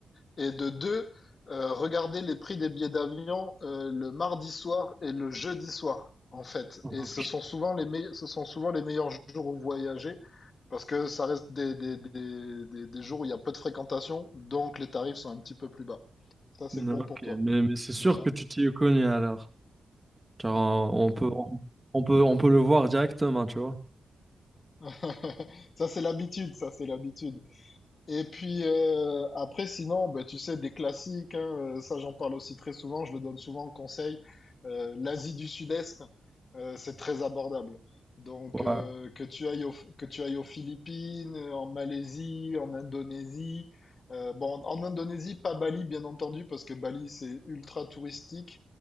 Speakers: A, on the left; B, on the right.
A: Et de deux, euh, regarder les prix des billets d'avion euh, le mardi soir et le jeudi soir, en fait.
B: Ok,
A: Et ce sont souvent les meilleurs, ce sont souvent les meilleurs jours où voyager parce que ça reste des, des, des, des, des jours où il y a peu de fréquentation, donc les tarifs sont un petit peu plus bas. Ça, c'est
B: Non,
A: bon
B: ok.
A: pour toi,
B: mais, mais c'est sûr
A: déjà.
B: que tu t'y es connu alors. Car on, on peut, on, on peut, on peut le voir directement, tu vois.
A: <laughs> Ça, c'est l'habitude, ça, c'est l'habitude. Et puis euh, après, sinon, ben tu sais, des classiques, hein, euh, ça j'en parle aussi très souvent, je le donne souvent en conseil. Euh, l'Asie du Sud-Est, euh, c'est très abordable. Donc
B: Ouais,
A: euh, que tu ailles au- que tu ailles aux Philippines, euh, en Malaisie, en Indonésie. euh, bon, en Indonésie, pas Bali, bien entendu, parce que Bali, c'est ultra touristique.